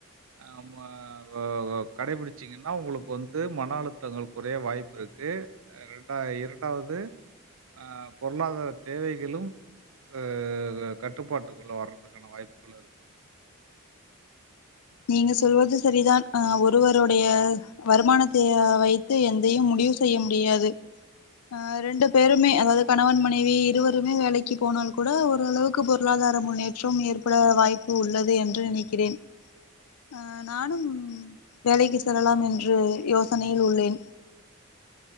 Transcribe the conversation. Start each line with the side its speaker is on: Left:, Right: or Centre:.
Right: ஆமா வ வ கடைபிடிச்சிங்னா உங்களுக்கு வந்து மன அழுத்தங்கள் குறைய வாய்ப்பு இருக்கு ரெண்டா இரண்டாவது அ பொருளாதார தேவைகளும் அ கட்டுப்பாட்டுக்குள்ள வர்றதுக்கான வாய்ப்புகளு இருக்
Left: நீங்க சொல்வது சரிதான் அ ஒருவருடைய வருமானத்தைய வைத்து எந்தையும் முடிவு செய்ய முடியாது அ ரெண்டு பேருமே அதாவது கணவன் மனைவி இருவருமே வேலைக்கு போனால் கூட ஓரளவுக்கு பொருளாதார முன்னேற்றம் ஏற்பட வாய்ப்பு உள்ளது என்று நினைக்கிறேன் அ நானும் வேலைக்கு செல்லலாம் என்று யோசனையில் உள்ளேன்